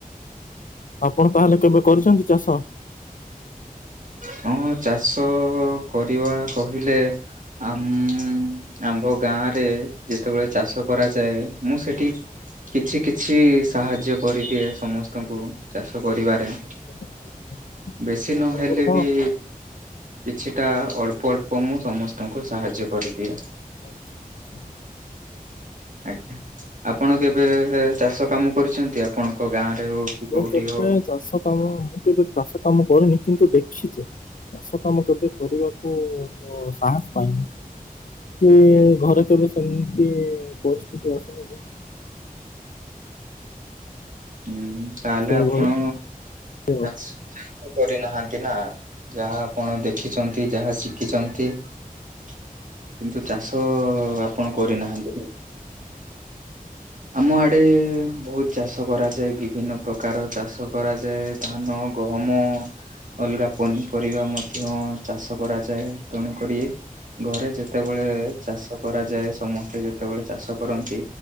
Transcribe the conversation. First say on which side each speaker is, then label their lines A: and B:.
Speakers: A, on the left; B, on the right.
A: ଆପଣ ତାହେଲେ କେବେ କରିଛନ୍ତି ଚାଷ?
B: ହଁ ଚାଷ କରିବା କହିଲେ ଆମ ଆମ୍ଭ ଗାଁ ରେ, ଯେତେବେଳେ ଚାଷ କରାଯାଏ, ମୁଁ ସେଠି କିଛି କିଛି ସାହାଯ୍ୟ କରିଦିଏ, ସମସ୍ତଙ୍କୁ, ଚାଷ କରିବାରେ।
A: ଆଚ୍ଛା ଆଚ୍ଛା ଆଚ୍ଛା ଆଚ୍ଛା।
B: ବେଶୀ
A: ଆପଣଙ୍କର
B: ନହେଲେ
A: କଣ
B: ବି କିଛିଟା ଅଳ୍ପ, ଅଳ୍ପ ମୁଁ ସମସ୍ତଙ୍କୁ ସାହାଯ୍ୟ କରିଦିଏ।
A: ଆଚ୍ଛା ଆଚଛା <inaudible>
B: ଆଜ୍ଞା ଆପଣ କେବେ, ଚାଷ କାମ କରିଛନ୍ତି? ଆପଣଙ୍କ ଗାଁରେ ହଉ କି
A: ମୁଁ
B: କୋଉଠି
A: କେବେ
B: ହଉ?
A: ଚାଷ କାମ, ମୁଁ କେବେ ଚାଷ କାମ କରିନି କିନ୍ତୁ ଦେଖ ଦେଖିଛ, ଚାଷ କାମ କେବେ କରିବାକୁ ମୋ ସାହସ ପାଇନି। କି ଘରେ କେବେ ସେମିତି ପରିସ୍ଥିତି ଆସିନି ଯେ
B: ହୁଁ ତାହେଲେ
A: ସେଇଭଳି
B: ଆପଣ,
A: ଆଉ
B: ଚାଷ କରିନାହାନ୍ତି ନା? ଯାହା ଆପଣ ଦେଖିଛନ୍ତି, ଯାହା ଶିଖିଛନ୍ତି କିନ୍ତୁ ଚାଷ ଆପଣ କରିନାହାନ୍ତି? ଆମ ଆଡେ, ବହୁତ ଚାଷ କରାଯାଏ, ବିଭିନ୍ନ ପ୍ରକାର ଚାଷ କରାଯାଏ। ଧାନ, ଗହମ ଅଲଗା ପନିପରିବା ମଧ୍ୟ ଚାଷ କରାଯାଏ। ତେଣୁକରି, ଘରେ ଯେତେବେଳେ ଚାଷ କରାଯାଏ ସମସ୍ତେ ଯେତେବେଳେ ଚାଷ କରନ୍ତି